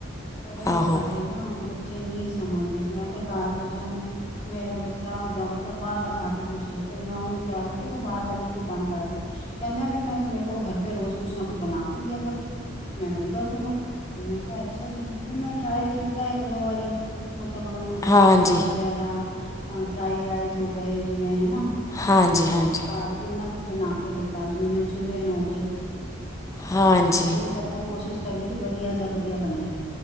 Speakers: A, on the left (about 35°); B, on the left (about 15°).
A: ਪਰ ਇਹੀ
B: ਆਹੋ
A: ਗੱਲ ਬੱਚੇ ਨਹੀਂ ਸਮਝਦੇ ਮੈਂ ਤੇ ਘਰ ਬੱਚਿਆਂ ਨੂੰ ਮੇਰਾ ਬੱਚਾ ਜ਼ਿਆਦਾਤਰ ਬਾਹਰ ਦਾ ਖਾ ਕੇ ਖੁਸ਼ ਏ, ਫਿਰ ਮੈਂ ਉਹਨੂੰ ਕਿਹਾ ਮੈਂ ਕਿ ਤੂੰ ਬਾਹਰ ਦਾ ਬਿਲਕੁਲ ਬੰਦ ਕਰ ਦੇ। ਕਹਿੰਦੇ ਫਿਰ ਮੈਂ ਮੇਰੇ ਕੋ ਘਰ ਪੇ ਰੋਜ਼ ਕੁਛ ਨਾ ਕੁਛ ਬਣਾ ਕੇ ਦਿਆ ਕਰੋ, ਮੈਂ ਬੰਦ ਕਰ ਦੂੰਗਾ। ਮੈਂ ਕਿਹਾ ਅੱਛਾ ਜੀ। ਫਿਰ ਮੈਂ ਟਰਾਈ ਕੀਤਾ ਇੱਕ, ਦੋ ਵਾਰੀ ਮਤਲਬ ਉਹਨੂੰ ਚੋਪਸਟਿਕ
B: ਹਾਂਜੀ
A: ਵਗੈਰਾ ਫਰਾਈਡ ਰਾਈਸ ਹੋ ਗਏ ਜਿਵੇਂ ਹੈ ਨਾ
B: ਹਾਂਜੀ
A: ਤੇ
B: ਹਾਂਜੀ
A: ਘਰ ਕਿੰਨਾ ਕੁਝ ਬਣਾ ਕੇ ਦਿੱਤਾ ਜਿਵੇਂ ਮਨਚੂਰੀਅਨ ਹੋ ਗਈ ਇਹ
B: ਹਾਂਜੀ।
A: ਆਪਣੀ ਤਰਫੋਂ ਕੋਸ਼ਿਸ਼ ਕਰਨੀ ਕਿ ਵਧੀਆ ਜਾਂ ਵਧੀਆ ਬਣੇ,